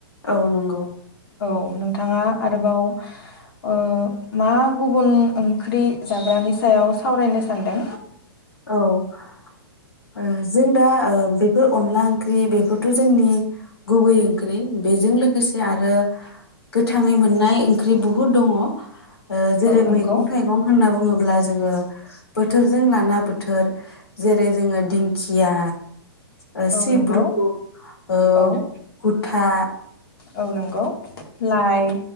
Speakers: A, on the left; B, on the left.
A: औ नंगौ।
B: औ नोंथाङा आरोबाव ओ मा गुबुन ओंख्रि जाग्रानि सायाव सावरायनो सानदों?
A: औ ओ जों दा ओ बेफोर अनला ओंख्रि बेफोरथ जोंनि गुबै ओंख्रि बेजों लोगोसे आरो गोथाङै मोननाय ओंख्रि बुहुद दङ। ओ जेरै
B: औ
A: मैगं
B: नंगौ
A: थाइगं होनना बुङोब्ला जोङो बोथोरजों लाना बो बोथोर जेरै जोङो दिंखिया ओ
B: औ
A: सिब्रु
B: नंगौ
A: ओ
B: औ
A: गुथा
B: औ नोंगौ लाइ